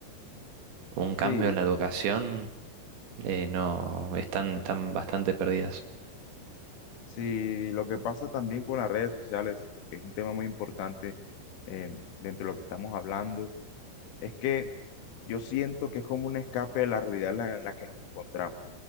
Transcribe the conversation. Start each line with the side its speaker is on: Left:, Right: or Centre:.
Right: un cambio
Left: sí.
Right: en la educación, eh, no, están, están bastante perdidas.
Left: Sí, lo que pasa también con las redes sociales, porque es un tema muy importante eh, dentro de lo que estamos hablando, es que yo siento que es como un escape de la realidad en la, en la que nos encontramos.